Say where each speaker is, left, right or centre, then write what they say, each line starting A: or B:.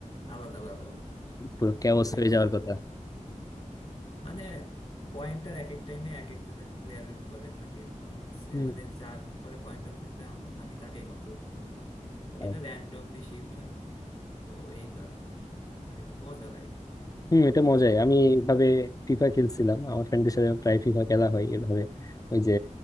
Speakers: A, on the left; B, on the left.
A: আলাদা আলাদা ভাবে।
B: পুরো ক্যাওস
A: তো ওই
B: হয়ে যাওয়ার
A: ওইভাবে
B: কথা
A: মানে পয়েন্টার এক এক টাইমে এক একজনের প্লেয়ারের উপরে থাকে তো হচ্ছে
B: হুম
A: মানে যার উপরে পয়েন্টার থাকবে আমার আমি তাকেই কন্ট্রোল করতে পারবো তো
B: আর-
A: এটা র্যান্ডমলি শিফট হয় তো এই কারণে আর কি মজা লাগে এমন
B: হুম এটা
A: না
B: মজাই
A: যে
B: আমি
A: খারাপ
B: এইভাবে
A: লাগে
B: ফিফা খেলছিলাম আমার ফ্রেন্ডদের সাথে প্রায় ফিফা খেলা হয় এভাবে ওই যে